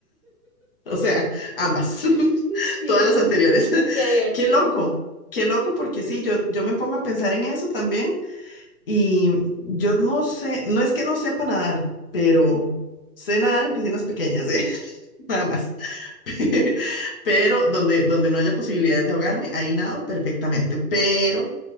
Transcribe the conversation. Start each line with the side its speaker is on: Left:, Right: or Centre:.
Left: O sea, ambas, <laughs>
Right: <laughs> Sí,
Left: todas las anteriores.
Right: qué
Left: <laughs>
Right: divertido.
Left: Qué loco, qué loco, porque sí, yo, yo me pongo a pensar en eso también y yo no sé, no es que no sepa nadar, pero sé nadar en piscinas pequeñas, ¿eh? <laughs> Nada más. <laughs> Pero donde, donde no haya posibilidades de ahogarme, ahí nado perfectamente. Pero